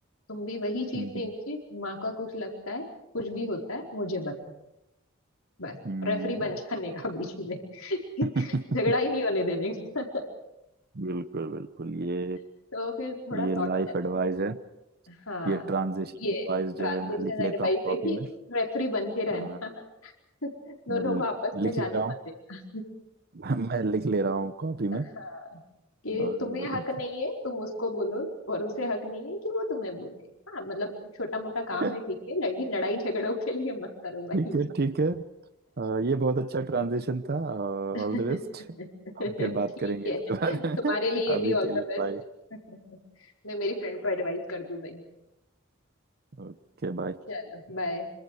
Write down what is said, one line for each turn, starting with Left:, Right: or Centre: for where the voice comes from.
Left: तुम भी वही चीज
Right: हम्म
Left: सेम
Right: हम्म
Left: चीज माँ का कुछ लगता है कुछ भी होता है मुझे बताओ बस
Right: हम्म।
Left: रेफरी बन जाने का बीच में <laughs>
Right: <laughs>
Left: झगड़ा ही नहीं होने देने का
Right: बिल्कुल बिल्कुल ये
Left: <laughs> तो फिर थोड़ा
Right: ये
Left: सॉर्ट
Right: लाइफ एडवाइस है
Left: हाँ
Right: ये ट्रांजिशन
Left: ये
Right: एडवाइस
Left: ट्रांजेक्शन
Right: जो है मैं लिख
Left: एडवाइस
Right: लेता हूँ कॉपी
Left: है कि
Right: में
Left: रेफरी बन के रहना
Right: आ,
Left: <laughs> दोनों
Right: मैं ल-
Left: को आपस में
Right: लिख
Left: जाने
Right: ले रहा हूँ
Left: मत देना
Right: <laughs> मैं लिख ले रहा हूँ कॉपी में
Left: <laughs> कि
Right: और
Left: तुम्हें हक नहीं है तुम उसको बोलो और उसे हक नहीं है कि वो तुम्हें बोले हाँ मतलब छोटा मोटा काम
Right: <laughs>
Left: है ठीक है लड़की लड़ाई झगड़ों के लिए मत करो भाई
Right: ठीक है ठीक है आ, ये बहुत अच्छा ट्रांजिशन था
Left: <laughs>
Right: All the best हम फिर बात
Left: ठीक
Right: करेंगे
Left: है
Right: इसके बारे
Left: तुम्हारे
Right: में
Left: लिए
Right: <laughs> अभी
Left: भी ऑल
Right: के लिए
Left: द बेस्ट
Right: बाय
Left: <laughs> मैं मेरी फ्रेंड को एडवाइस कर दूं भाई
Right: Okay bye
Left: चलो बाय